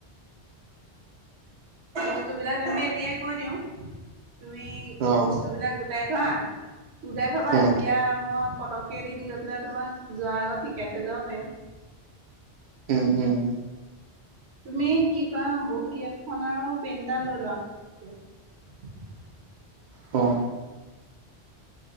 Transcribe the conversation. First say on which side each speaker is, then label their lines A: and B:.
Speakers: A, on the right (about 70°); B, on the right (about 55°).
A: বস্তুবিলাক তেন্তে এতিয়াই কৈ দিওঁ, তুমি
B: অ
A: বস্তুবিলাক গোটাই থোৱা গোটাই থবা
B: অ
A: তেতিয়া মই- পটকক এদিন গৈ পেলাই তোমাক যোৱাৰ আগত শিকাই থৈ যাব পাৰিম।
B: উম উম।
A: তুমি কি কৰা বহী এখন আৰু পেইণ্ এটা লৈ লোৱা। এতিয়া- <unintelligible>
B: অ